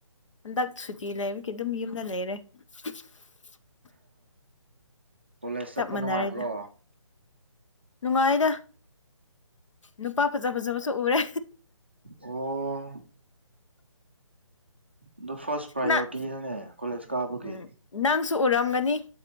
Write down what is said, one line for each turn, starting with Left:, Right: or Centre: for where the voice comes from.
Left: ꯍꯟꯗꯛ ꯁꯨꯇꯤ ꯂꯩꯕꯒꯤ ꯑꯗꯨꯝ ꯌꯨꯝꯗ ꯂꯩꯔꯦ <unintelligible>
Right: ꯀꯣꯂꯦꯖ ꯆꯠꯄ
Left: ꯆꯞ ꯃꯥꯟꯅꯔꯦꯗ
Right: ꯅꯨꯡꯉꯥꯏꯕ꯭ꯔꯣ
Left: ꯅꯨꯡꯉꯥꯏꯗ ꯅꯨꯄꯥ ꯐꯖ ꯐꯖꯕꯁꯨ ꯎꯔꯦ
Right: ꯑꯣ ꯑꯗꯨ ꯐꯥꯔꯁ ꯄ꯭ꯔꯥꯏꯌꯣꯔꯤꯇꯤꯔꯅꯦ
Left: ꯅꯪ
Right: ꯀꯣꯂꯦꯖ ꯀꯥꯕꯒꯤ
Left: ꯎꯝ ꯅꯪꯁꯨ ꯎꯔꯝꯒꯅꯤ